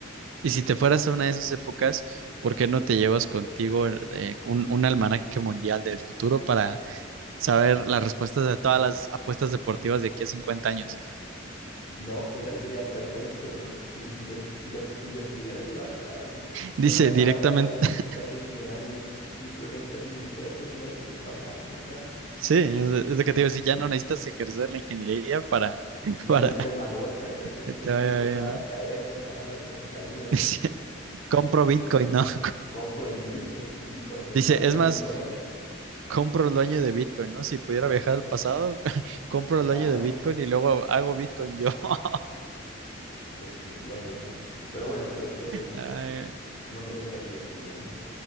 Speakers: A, on the right; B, on the left.
A: y si te fueras a una de esas épocas, ¿por qué no te llevas contigo eh, un, un almanaque mundial del futuro para saber las respuestas de todas las apuestas deportivas de aquí a 50 años.
B: No, pues ahí sería perfecto, ¿no? Si, si se, si se, si se pudiera llevar, claro. Uno
A: Dice
B: ya sabe,
A: directamente,
B: allá
A: <laughs>
B: se hace millonario, uno simplemente así, ni siquiera tiene ya uno que trabajar, uno ya
A: sí, es es lo que te digo, si ya no necesitas ejercer la ingeniería para, <laughs>
B: invierto
A: para
B: en la bolsa, ya sé en
A: que
B: qué
A: te
B: puntos
A: vaya bien,
B: van
A: ¿no?
B: a caer, van a ver las caídas.
A: <laughs> Dice, compro Bitcoin, ¿no? <laughs>
B: <laughs> Compro el Bitcoin, sí, cuando
A: Dice,
B: salga
A: es
B: en
A: más,
B: un dólar. <laughs>
A: compro el dueño de Bitcoin, ¿no? Si pudiera viajar al pasado, <laughs> compro
B: Claro,
A: el dueño de Bitcoin y luego hago Bitcoin yo. <laughs>
B: definitivamente. Pero bueno, creo que
A: Ay,
B: no sería tan divertido, ¿no?